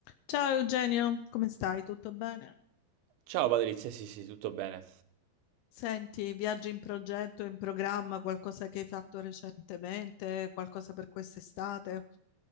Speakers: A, on the left; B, on the right.
A: Ciao Eugenio, come stai? Tutto bene?
B: Ciao Patrizia, sì sì, tutto bene.
A: Senti, viaggi in progetto, in programma, qualcosa che hai fatto recentemente, qualcosa per quest'estate?